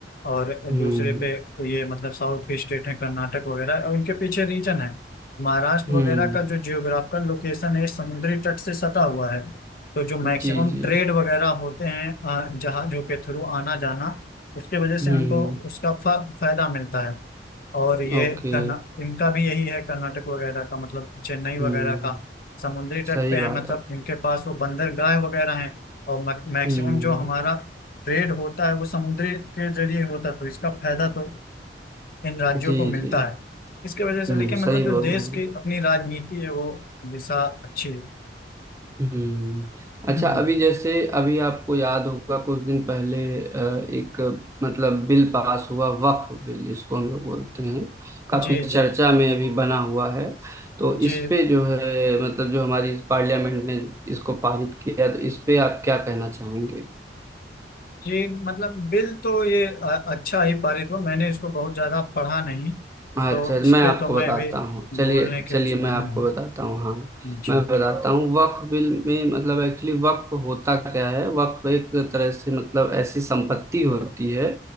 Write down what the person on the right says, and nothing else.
हम्म
हम्म
जी जी
हम्म
ओके
हम्म
सही
बात
है
हम्म
जी
जी
हम्म
सही
बोल
रहे हैं
हम्म अच्छा
अभी जैसे अभी आपको याद होगा कुछ दिन पहले अ, एक मतलब बिल पास हुआ वक्फ बिल इसको हम लोग बोलते हैं काफी
चर्चा
में अभी बना हुआ है तो
इस पे जो है मतलब जो हमारी पार्लियामेंट ने इसको पारित किया तो इस पे आप क्या कहना चाहेंगे
अच्छा
मैं
आपको
बताता
हूँ चलिए
चलिए
मैं
आपको
बताता हूँ हाँ
मैं बताता हूँ वक्फ बिल में मतलब एक्चुअली वक्फ होता क्या है वक्फ एक तरह से मतलब ऐसी संपत्ति होती है